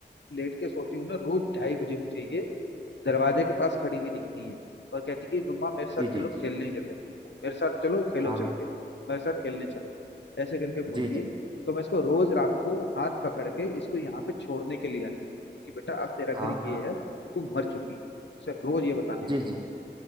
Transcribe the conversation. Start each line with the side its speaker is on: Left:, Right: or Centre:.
Left: लेट के सोती हूँ ना रोज ढाई बजे मुझे ये दरवाजे के पास खड़ी हुई दिखती है और कहती कि मम्मा मेरे साथ
Right: जी
Left: चलो
Right: जी जी
Left: खेलने चले मेरे साथ चलो खेलो
Right: हाँ
Left: चल
Right: हाँ
Left: के मेरे साथ खेलने चलो ऐसे करके बोलती
Right: जी जी
Left: है तो मैं इसको रोज रात को हाथ पकड़ के इसको यहाँ पे छोड़ने के लिए आती हूँ कि बेटा अब तेरा घर
Right: हाँ
Left: ये
Right: हाँ
Left: है तू मर चुकी है सर रोज ये बताने आती
Right: जी
Left: हूँ
Right: जी